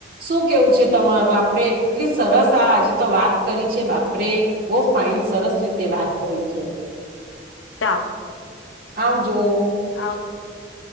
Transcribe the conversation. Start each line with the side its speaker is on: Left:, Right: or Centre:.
Right: શું કેવું છે તમારો? આપડે એટલી સરસ આ આજે તો વાત કરી છે. બાપરે બહુ ફાઈન સરસ રીતે વાત કરી છે.
Left: ચાલો આવ
Right: આવજો.
Left: ઓકે. <inaudible>